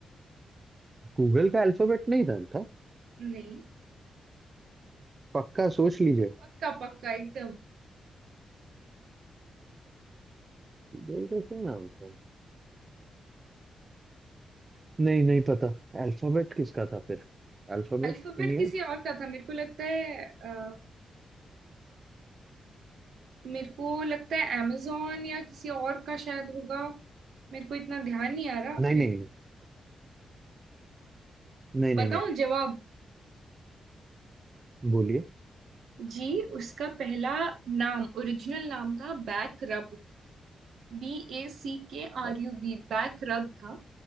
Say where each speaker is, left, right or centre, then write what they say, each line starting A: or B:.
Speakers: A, on the right (about 25°); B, on the right (about 70°).
A: Google का अल्फाबेट नहीं था
B: नहीं
A: पक्का सोच लीजिए
B: पक्का पक्का एकदम
A: बोल रहे क्या नाम था नहीं नहीं पता अल्फाबेट किसका था फिर Alphabet
B: अल्फाबेट
A: India
B: किसी और का था मेरे को लगता है मेरे को लगता है amazon या किसी और का शायद होगा मेरे को इतना ध्यान नहीं आ रहा
A: नहीं
B: मेरे
A: नहीं नहीं नहीं
B: बताऊं
A: नहीं नहीं
B: जवाब
A: बोलिए
B: जी उसका पहला नाम ओरिजिनल नाम था बैक रब बी ए सी के आर
A: अ,
B: यू बी बैक रब था